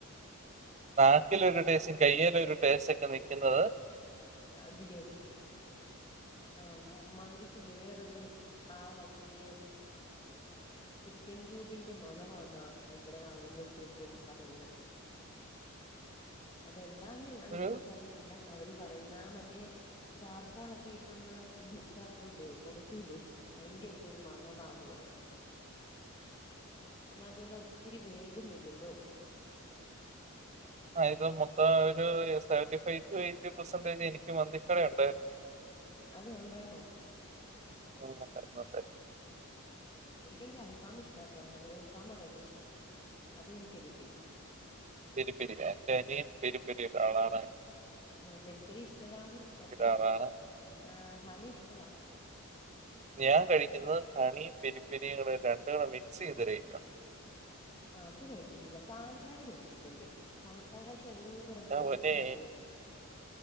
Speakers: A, on the right; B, on the left.
A: നാക്കില ഒരു ടേസും കയ്യില ഒരു ടേസ്റ്റ് ഒക്കെ നിക്കുന്നത്
B: ആ ബിരിയാണിക്ക്. ആ മന്തിക്ക് വേറൊരു ആ മറ്റേ ഉ ചിക്കൻ ക്യൂബിന്റെ മണവന്നാ ഇവിടെ വാങ്ങുമ്പോത്തേക്കും പറയുന്ന. അതെന്താന്ന്അങ്ങേ
A: ഒരു
B: എനിക്കറിയത്തില്ലഅവര്പറയുന്ന ആ മറ്റേ ചാർക്കോളൊക്കെട്ടൊന്ന് ഇതാക്കൂല്ലേപൊകയ്ക്കൂില്ലേ അയിന്റെക്കൊരുമണവാന്ന്പറയും പിന്നെഅതുഒല്ലഒത്തിരി വേഗുന്നില്ലല്ലോ.
A: ആഇത് മൊത്തംഒരുസെവന്റി ഫൈവ്ടുഎയ്റ്റിപെർസെന്റേജ് എനിക്ക്മന്തിിക്കടയുണ്ട്
B: അതെയുണ്ടായിരുന്ന
A: <unintelligible> നോക്കെ
B: ഉംഎനിക്കെങ്കിഅൽഫാംഇഷ്ടട്ടോ ഹണിഅൽഫാമഭയങ്കരഇഷ്ടം അത് കെഴിഞ്പെരിപ്പെരി
A: പെരുപ്പരില്ലനിയുംപെരുപ്പരി ഒരാളാണ്.
B: ഉംപെരുപ്പരിഇഷ്ടവാണ് മറ്റേഹണി
A: ആളാണ്.
B: ഇഷ്ടവാ.
A: ഞാൻകഴിക്കുന്നത്ഹണി പെരിപ്പരികൂടെരണ്ടുടെ മിക്സൈതൊരായിറ്റണ്ട്.
B: അത്കഴിച്ചിട്ടില്ലകാന്താരി കഴിച്ചിട്ടുണ്ട്കാന്താരിപഷേഭയ രംപോകച്ചിലാത്
A: എന്റെ പൊന്നേ!